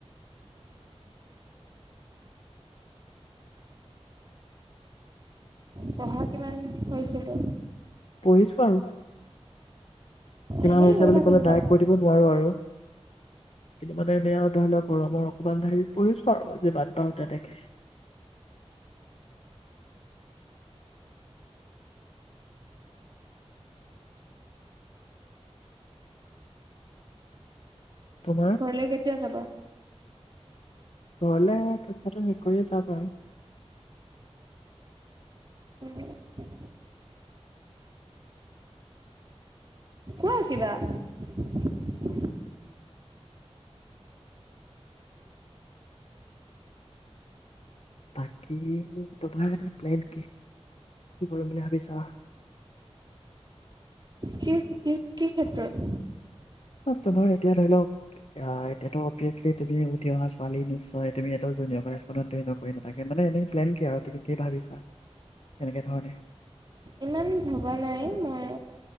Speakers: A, on the right; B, on the left.
A: পঢ়া কিমান হৈছিলে
B: পঢ়িছো আৰু কিমান
A: এনেই
B: হৈছে
A: হৈ
B: বুলি
A: নাথাকিবা।
B: কলে ডাইৰেক্ট কৈ দিব নোৱাৰো আৰু কিন্তু মানে এনে আও ধৰি লও গৰমৰ অকমান হেৰিত পঢ়িছো আৰু যে বাট বাৰু তেনেকে তোমাৰ
A: ঘৰলে কেতিয়া যাবা
B: ঘৰলে পৰীক্ষাটো শেষ কৰিয়ে যাম আৰু
A: উম কোৱা কিবা <unintelligible>
B: বাকী তোমাৰ এ প্লেন কি কি কৰিম বুলি ভাবিছা
A: কি কি কি ক্ষেত্ৰত
B: অ, তোমাৰ এতিয়া ধৰি লওক আহ এতিয়াতো অবেয়েচলি তুমি উঠি অহা ছোৱালী নিশ্চয় তুমি এটা জুনিয়ৰ স্কুলত জইনৰ কৰি নাথাকা মানে এনেই প্লেন কি আৰু তুমি কি ভাবিছা এনেকে ধৰণে
A: ইমান ভবা নাই মই